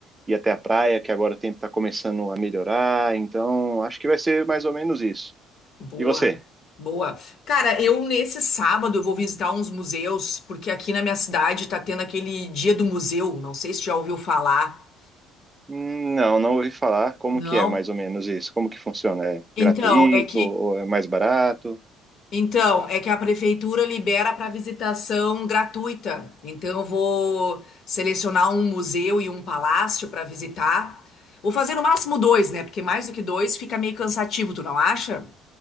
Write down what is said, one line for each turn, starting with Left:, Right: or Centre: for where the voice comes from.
Right: ir até a praia, que agora o tempo está começando a melhorar, então acho que vai ser mais ou menos isso.
Left: Boa,
Right: E você?
Left: boa. Cara, eu nesse sábado eu vou visitar uns museus, porque aqui na minha cidade tá tendo aquele dia do museu, não sei se já ouviu falar.
Right: Hum, Não, não ouvi falar. Como
Left: Não?
Right: que é mais ou menos isso? Como que funciona? É
Left: Então,
Right: gratuito
Left: é que
Right: ou é mais barato?
Left: Então, é que a prefeitura libera para visitação gratuita. Então, eu vou selecionar um museu e um palácio para visitar. Vou fazer no máximo dois, né? Porque mais do que dois fica meio cansativo, tu não acha?